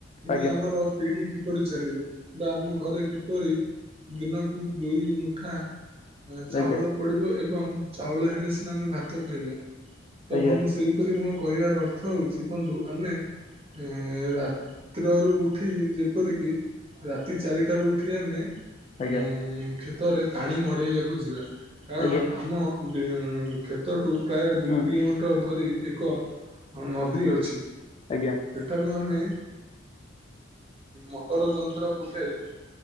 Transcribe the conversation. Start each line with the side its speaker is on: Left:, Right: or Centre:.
Right: ପୁଣି
Left: ଆଜ୍ଞା
Right: ଆମର ପିଢ଼ି କିପରି ଚାଲିବ ବା ଆମ ଘରେ କିପରି ଦିନକୁ ଦୁଇ ମୁଠା ଚାଉଳ
Left: ଆଜ୍ଞା
Right: ପଡିବ ଏବଂ ଚାଉଳ ହେଲେ ସିନା ଆମେ ଭାତ ଖାଇବା। ତ
Left: ଆଜ୍ଞା
Right: ବନ୍ଧୁ ସେହିପରି ମୋ କହିବାର ଅର୍ଥ ହଉଛି ବନ୍ଧୁ ଆମେ ଏ ରାତ୍ରରୁୁ ଉଠି ଯେପରିକି ରାତି ଚାରିଟାରୁ ଉଠି ଆମେ ଉ
Left: ଆଜ୍ଞା
Right: କ୍ଷେତରେ ପାଣି ମଡେଇବାକୁ ଯିବା। କାରଣ
Left: ଆଜ୍ଞା
Right: ଆମ କ୍ଷେତଠୁ ପ୍ରାୟ ଦୁଇ
Left: ହୁଁ
Right: କିଲୋମିଟର ଧରି ଏକ ହଁ ନଦୀ
Left: ହୁଁ
Right: ଅଛି।
Left: ଆଜ୍ଞା
Right: ଠାରୁ ଆମେ ମଟର ଯନ୍ତ୍ର ପକାଇ